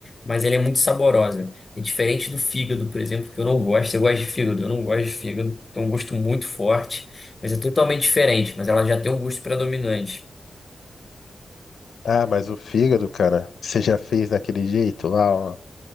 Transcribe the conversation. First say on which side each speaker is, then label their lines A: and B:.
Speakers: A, on the left; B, on the left.
A: Mas ela é muito saborosa. É diferente do fígado, por exemplo, que eu não gosto. Você gosta de fígado? Eu não gosto de fígado. Tem um gosto muito forte. Mas é totalmente diferente. Mas ela já tem um gosto predominante.
B: Ah, mas o fígado, cara, você já fez daquele jeito lá, ó.